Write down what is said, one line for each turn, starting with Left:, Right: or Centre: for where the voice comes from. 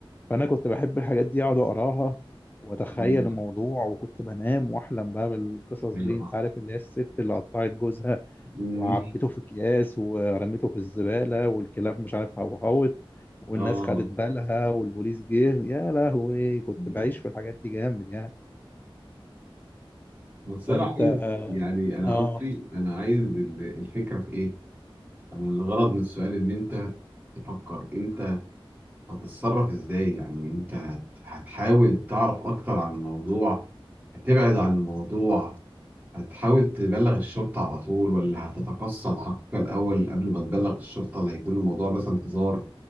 Left: فانا كنت بحب الحاجات دي اقعد اقراها واتخيل
Right: مم.
Left: الموضوع وكنت بنام واحلم بقى بالقصص
Right: ايوه
Left: دي انت
Right: صح
Left: عارف اللي هي الست اللي قطعت جوزها
Right: مم.
Left: وعبته
Right: <laughs>
Left: في اكياس ورميته في الزباله والكلاب مش عارف هوهوت والناس
Right: اه
Left: خدت بالها والبوليس جه يا لهوي كنت
Right: ايوه
Left: بعيش في الحاجات دي جامد يعني
Right: بس انا
Left: فانت
Right: عايز يعني انا
Left: اه
Right: قصدي انا عايز ال- الفكره في ايه؟ انا الغرض من السؤال ان انت تفكر انت هتتصرف ازاي يعني انت هت... هتحاول تعرف اكتر عن الموضوع هتبعد عن الموضوع هتحاول تبلغ الشرطة على طول ولا هتتقصى الحقيقة الأول قبل ما تبلغ الشرطة لا يكون الموضوع مثلا هزار